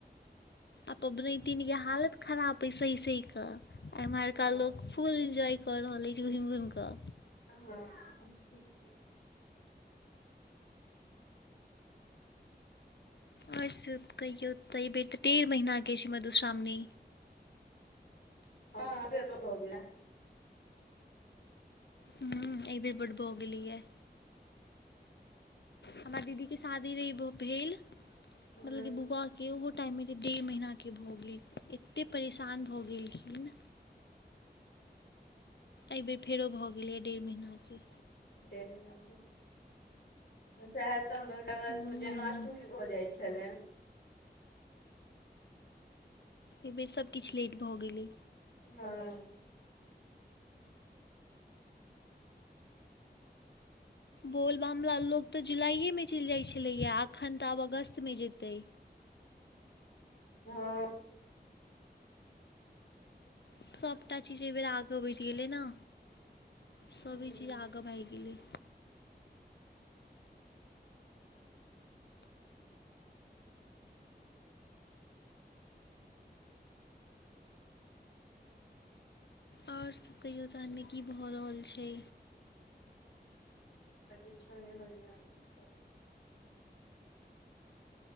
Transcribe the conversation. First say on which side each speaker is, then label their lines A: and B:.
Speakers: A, on the left; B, on the left.
A: आ पबनैतन के हालत खराब अइ सही सही क एमारका
B: हँ
A: लोक फुल एंजॉय कर रहल अइछ घुमि घुम कऽ
B: हां।
A: आओर सब कहियो तै बेर तऽ डेढ़ महीना अइछ मधुश्रावणी
B: हँ अबहो गेलै ने <unintelligible>
A: ह ई बेर बड बो गेली है। हमर दीदी के शादी रहै अइबो भेल मतलब
B: हँ
A: क बूआ। के ओहो टाइममे डेढ़ महीनाके भऽ गेल एतेक परेशान भऽ गेलखिन। एहिबेर फेरो भऽ गेलैए डेढ़ महिना के
B: डेढ़ महीना से ऊपर सेहै तऽ अगस्त
A: हूँ
B: में जन्माष्ट अष्टमी भऽ जाइत छलै।
A: एहि बेेर सभकिछु लेट भऽ गेलै।
B: हँ।
A: बोलबामला लोक तऽ जुलाइएमे चलि जाइत छलैए अखन तऽ आब अगस्तमे जेतै।
B: हँ।
A: सभटा चीज एहिबेर आगाँ बढ़ि गेलै ने सभी
B: हूँ
A: चीज आगाँ भागि गेलै। आर सब कहियो दानमे की भऽ रहल छै।
B: तऽ किछो नहि होइए।